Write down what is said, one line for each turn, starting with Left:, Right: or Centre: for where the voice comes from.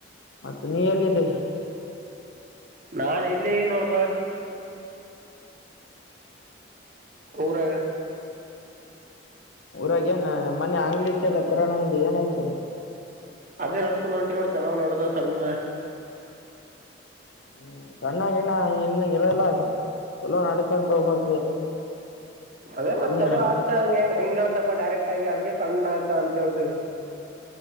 Left: ಮತ್ತೆ ನೀ ಎಲ್ಲಿದಿ
Right: ನಾ ಇಲ್ಲಿದಿನೋಡಪಾ ಊರಾಗ
Left: ಊರಾಗ ಏನ ಮನೆ ಅಂಗಡಿ ಇಟ್ಟಲ್ಲ ಕಿರಣ್ ಅಂಗಡಿ ಏನಾಯ್ತದ
Right: ಅದೇ ನಡ್ಸ್ಕೊಂಡ್ ಹೊಂಟಿ ನೋಡಿ ಚಲೋ ನೋಡದು ಸಣ್ಣ
Left: ಹ್ಮ್ ಸಣ್ಣ ಗಿಣ್ಣ ಇನ್ನ ಇರಲ್ಲದ ಚುಲೋ ನಡಸ್ಗೆಂತ ಹೋಗ್ಬೇಕು
Right: ಅದೇ ಮತ್
Left: ಸುಮ್
Right: ಚಲೋ ಆಗ್ತಾ ಹಂ ಹೆಂಗ್ಳ್ತಾರಪ್ಪ ಡೈರೆಕ್ಟ್ ಹಾಗೆ ಅದ್ಕ್ ಸಣ್ಣ ಆಗ್ತಾ ಅಂತ ಹೇಳ್ತಿವಿ.